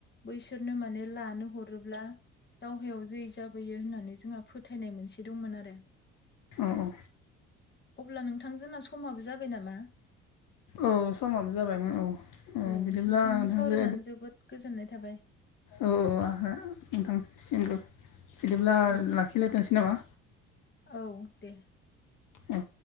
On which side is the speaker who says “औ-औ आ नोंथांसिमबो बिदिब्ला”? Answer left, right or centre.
Left